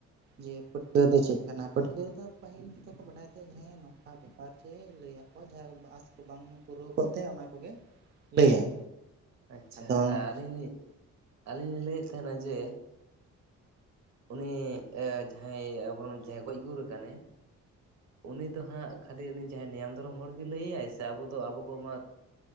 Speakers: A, on the right; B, on the right.
A: ᱡᱮ ᱯᱟᱹᱴᱠᱟᱹᱨ ᱫᱚ ᱪᱮᱫ ᱠᱟᱱᱟ ᱯᱟᱹᱴᱠᱟᱹᱨ ᱫᱚ ᱯᱟᱹᱦᱤᱞ ᱫᱚᱠᱚ ᱵᱟᱰᱟᱭ ᱛᱟᱦᱮᱸ ᱵᱮᱯᱟᱨ ᱛᱮ ᱞᱟᱹᱭ ᱟᱠᱚ ᱡᱟᱦᱟᱸ ᱟᱸᱥ ᱠᱚ ᱵᱟᱝ ᱯᱩᱨᱟᱹᱣ ᱠᱚᱜ ᱛᱟᱭᱟ ᱚᱱᱟ ᱠᱚᱜᱮ ᱞᱟᱹᱭᱟᱭ
B: ᱟᱪᱪᱷᱟ
A: ᱟᱫᱚ
B: ᱟᱨ ᱟᱹᱞᱤᱧ ᱟᱹᱞᱤᱧ ᱞᱤᱧ ᱞᱟᱹᱭᱮᱫ ᱛᱟᱦᱮᱱᱟ ᱡᱮ ᱩᱱᱤ ᱡᱟᱦᱟᱸᱭ ᱟᱵᱚᱨᱮᱱ ᱡᱟᱦᱟᱸᱭ ᱜᱚᱡ ᱜᱩᱨ ᱠᱟᱱᱟᱭ ᱩᱱᱤ ᱫᱚ ᱦᱟᱸᱜ ᱠᱷᱟᱹᱞᱤ ᱩᱱᱤ ᱡᱟᱦᱟᱸᱭ ᱱᱤᱭᱟᱢ ᱫᱷᱚᱨᱚᱢ ᱦᱚᱲ ᱜᱮᱭ ᱞᱟᱹᱭᱟᱭ ᱥᱮ ᱟᱵᱚ ᱫᱚ ᱟᱵᱚ ᱠᱚ ᱢᱟ